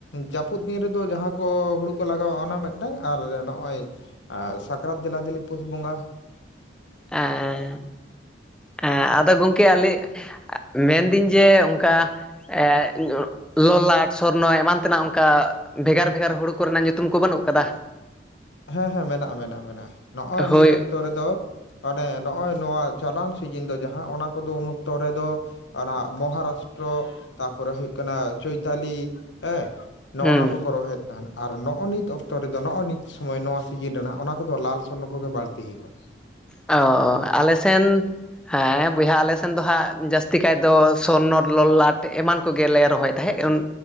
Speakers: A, on the left; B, in the centre.
A: ᱡᱟᱹᱯᱩᱫ ᱫᱤᱱ ᱨᱮᱫᱚ ᱡᱟᱦᱟᱸ ᱠᱚ ᱦᱩᱲᱩ ᱠᱚ ᱞᱟᱜᱟᱣᱟ ᱚᱱᱟ ᱢᱤᱫᱴᱟᱝ ᱟᱨ ᱱᱚᱜᱼᱚᱭ... <unintelligible> ᱟᱨ ᱥᱟᱠᱨᱟᱛ ᱫᱮᱞᱟ ᱫᱮᱞᱤ ᱯᱩᱥ ᱵᱚᱸᱜᱟ ᱾
B: ᱦᱮᱸ ᱦᱮᱸ ᱟᱫᱚ ᱜᱚᱝᱠᱮ ᱟᱞᱮ <inaudible> ᱢᱮᱱᱫᱟᱹᱧ ᱡᱮ ᱚᱱᱠᱟ ᱮ ᱞᱚᱞᱟᱴ, ᱥᱚᱨᱱᱚ, ᱮᱢᱟᱱ ᱛᱮᱱᱟᱜ ᱚᱱᱠᱟ ᱵᱷᱮᱜᱟᱨ ᱵᱷᱮᱜᱟᱨ ᱦᱩᱲᱩ ᱠᱚᱨᱮᱱᱟᱜ ᱧᱩᱛᱩᱢ ᱠᱚ ᱵᱟᱹᱱᱩᱜ ᱟᱠᱟᱫᱟ?
A: ᱦᱮᱸ ᱦᱮᱸ ᱢᱮᱱᱟᱜᱼᱟ ᱢᱮᱱᱟᱜ ᱢᱮᱱᱟᱜᱼᱟ ᱱᱚᱜᱼᱚᱭ
B: ᱦᱳᱭ
A: ᱱᱤᱛ ᱚᱠᱛᱚ ᱨᱮᱫᱚ ᱢᱟᱱᱮ ᱱᱚᱜᱼᱚᱭ ᱱᱚᱣᱟ ᱪᱞᱟᱣ ᱥᱤᱡᱤᱱ ᱫᱚ ᱡᱟᱦᱟᱸ ᱚᱱᱟ ᱠᱚᱫᱚ ᱩᱱ ᱚᱠᱛᱚ ᱨᱮᱫᱚ <inaudible> ᱚᱱᱟ ᱢᱚᱦᱟᱨᱟᱥᱴᱨᱚ, ᱛᱟᱨᱯᱚᱨᱮ ᱦᱩᱭᱩᱜ ᱠᱟᱱᱟ ᱪᱳᱭᱛᱟᱞᱤ ᱦᱮᱸ ᱾ ᱱᱚᱜᱼ
B: ᱦᱩᱸ
A: ᱱᱟ ᱠᱚ ᱨᱚᱦᱚᱭᱮᱫ ᱛᱟᱦᱮᱸ ᱛᱟᱦᱮᱱ ᱟᱨ ᱱᱚᱜᱼᱚ ᱱᱤᱛ ᱚᱠᱛᱚ ᱨᱮᱫᱚ ᱱᱚᱜᱼᱚᱭ ᱱᱤᱛ <inaudible> ᱥᱚᱢᱚᱭ ᱱᱚᱣᱟ ᱥᱤᱡᱤᱱ ᱨᱮᱱᱟᱜ ᱚᱱᱟ ᱠᱚᱫᱚ ᱞᱟᱞ ᱥᱚᱨᱱᱚ ᱠᱚᱜᱮ ᱵᱟᱹᱲᱛᱤ ᱦᱩᱭᱩᱜᱼᱟ ᱾
B: ᱚ ᱟᱞᱮᱮᱥᱱ ᱦᱮᱸ ᱵᱚᱭᱦᱟ ᱟᱞᱮᱮᱥᱱ ᱫᱚ ᱦᱟᱸᱜ ᱡᱟᱹᱥᱛᱤ ᱠᱟᱭ ᱫᱚ ᱥᱚᱨᱱᱚ ᱞᱚᱞᱞᱟᱴ ᱮᱢᱟᱱ ᱠᱚᱜᱮᱞᱮ <inaudible> ᱨᱚᱦᱚᱭ ᱛᱟᱦᱮᱸᱜ ᱮ